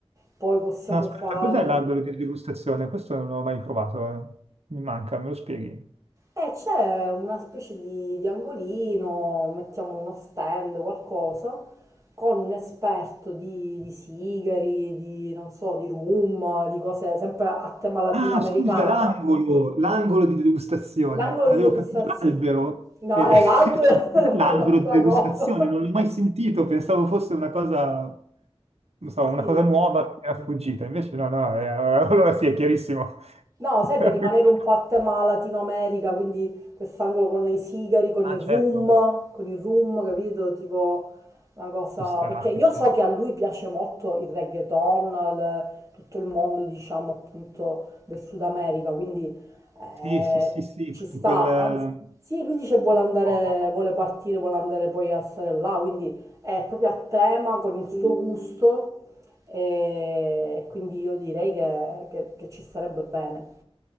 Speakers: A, on the right; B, on the right.
A: Poi possiamo
B: No, aspetta,
A: fare...
B: cos'è l'albero di degustazione? Questo non l'ho mai provato, eh. Mi manca, me lo spieghi?
A: E c'è una specie di, di angolino, mettiamo uno stand, qualcosa, con un esperto di, di sigari, di non so, di rum, di cose sempre a tema latinoamericana.
B: Ah, scusa, l'angolo, l'angolo di degustazione.
A: L'angolo
B: Avevo
A: di degustazione.
B: capito l'albero,
A: No,
B: eh,
A: è l'albero,
B: <laughs>
A: <laughs> è
B: l'albero
A: un'altra
B: di degustazione,
A: cosa.
B: non l'ho mai sentito, pensavo fosse una cosa, non so,
A: Sì,
B: una cosa nuova che mi era sfuggita, invece no, no, eh, <laughs> allora sì, è chiarissimo.
A: No, sai, per rimanere
B: <laughs>
A: un po' a tema Latino America, quindi quest'angolo con i sigari, con
B: Ah,
A: il
B: certo,
A: rum, con il rum, capito? Tipo una cosa...
B: ci sta,
A: Perché io
B: sì,
A: so
B: sì.
A: che a lui piace molto il reggaeton, il- tutto il mondo, diciamo, appunto, del Sud America, quindi eh,
B: Sì, sì, sì, sì,
A: ci
B: tutto
A: sta.
B: quel... eh,
A: Anzi,
B: un
A: sì, lui dice vuole andare,
B: po'.
A: vuole partire, vuole andare poi a stare là, quindi è proprio a tema con il suo gusto e quindi io direi che che- che ci starebbe bene.